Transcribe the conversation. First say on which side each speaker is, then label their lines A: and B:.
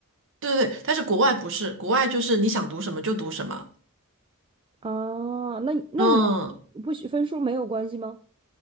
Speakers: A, on the right; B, on the right.
A: 对对对，但是国外不是，国外就是你想读什么就读什么，
B: 啊，那那你
A: 嗯，
B: 不许分数没有关系吗？